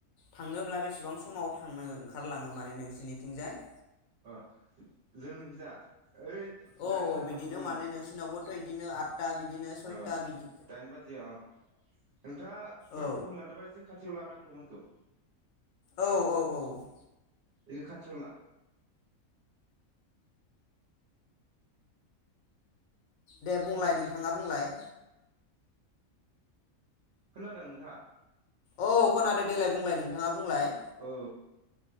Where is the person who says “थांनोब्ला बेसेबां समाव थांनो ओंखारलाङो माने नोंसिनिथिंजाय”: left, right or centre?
Left